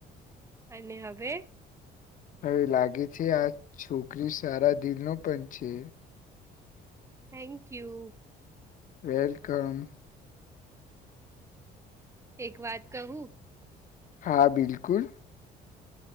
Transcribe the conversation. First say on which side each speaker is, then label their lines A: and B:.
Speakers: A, on the right (about 15°); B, on the left (about 50°).
A: અને હવે
B: હવે લાગે છે આ છોકરી સારા દિલનો પણ છે.
A: Thank you.
B: વેલકમ.
A: એક વાત કહું.
B: હા બિલકુલ.